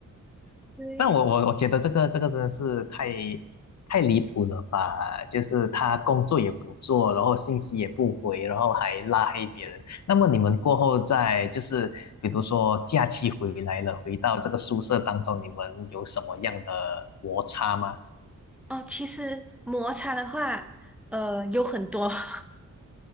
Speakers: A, in the centre; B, on the left.
A: 对，
B: 但我我我觉得这个这个真的是太太离谱了吧？就是他工作也不做，然后信息也不回，然后还拉黑别人。那么你们过后在就是比如说假期回来了，回到这个宿舍当中，你们有什么样的摩擦吗？
A: 哦，其实摩擦的话，呃，有很多。<laughs>